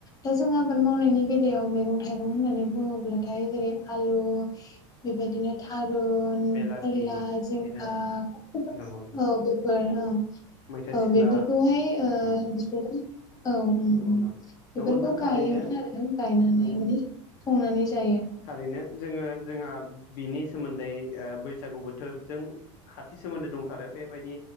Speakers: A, on the left; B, on the left.
A: दा जों आबाद मावनायनि बेलायाव मैगं थाइगं होननानै बुङोब्लाथाय जेरै आलु बेबायदिनो थारुन
B: बेलाथि
A: फोरला जिंखा
B: बिदिनो आरो
A: <unintelligible>
B: नंगौ नोंथां
A: औ <unintelligible> फोर ओ
B: मैथा
A: औ
B: सिख्ला
A: बेफोरखौहाय ओ
B: औ
A: बिसोरो औ उम उम
B: नंगौ नोंथां
A: बेफोरखौ
B: नंगौ नोंथां थारैनो
A: गायोमोन आरो गायनानै
B: नंगौ
A: माने संनानै जायो।
B: थारैनो जोङो जोंहा बिनि सोमोन्दै ओ बैसागु बोथोरजों खाथि सोमोन्दो दंथारो बेबायदि